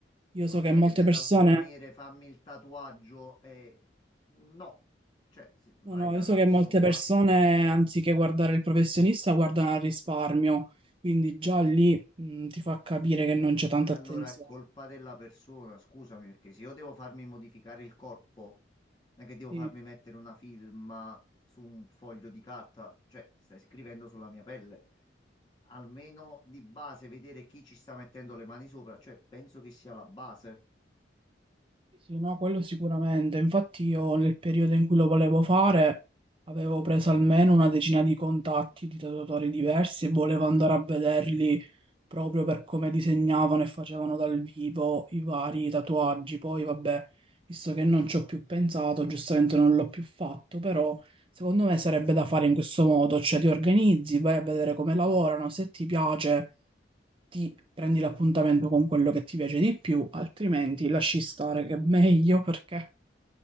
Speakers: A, on the right (about 30°); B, on the left (about 25°).
A: Io so
B: No,
A: che
B: non
A: molte
B: è che vai
A: persone,
B: dal salumiere, fammi il tatuaggio e... No, cioè se vai
A: no, no,
B: da
A: io
B: una
A: so che
B: persona,
A: molte persone, anziché guardare il professionista, guardano al risparmio, quindi già lì, mh, ti fa capire che non c'è tanta
B: allora
A: attenzione.
B: è colpa della persona, scusami, perché se io devo farmi modificare il corpo, non è che devo
A: Sì.
B: farmi mettere una firma su un foglio di carta, cioè stai scrivendo sulla mia pelle. Almeno di base vedere chi ci sta mettendo le mani sopra, cioè penso che sia la base.
A: Sì, sì, no, quello sicuramente. Infatti io nel periodo in cui lo volevo fare avevo preso almeno una decina di contatti di tatuatori diversi e volevo andare a vederli proprio per come disegnavano e facevano dal vivo i vari tatuaggi. Poi vabbè, visto che non ci ho più pensato, giustamente non l'ho più fatto, però secondo me sarebbe da fare in questo modo, cioè ti organizzi, vai a vedere come lavorano, se ti piace ti prendi l'appuntamento con quello che ti piace di più, altrimenti lasci stare che è meglio perché